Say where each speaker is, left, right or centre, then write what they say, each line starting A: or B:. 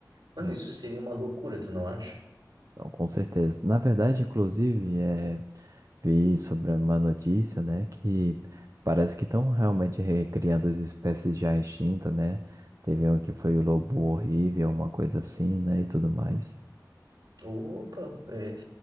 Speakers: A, on the right; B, on the right.
A: Mano,
B: não,
A: isso seria uma loucura, tu não acha?
B: não, com certeza. Na verdade, inclusive, é, vi sobre uma notícia, né, que parece que estão realmente recriando as espécies já extintas, né? Teve um que foi o lobo horrível, uma coisa assim, né, e tudo mais.
A: Opa, é,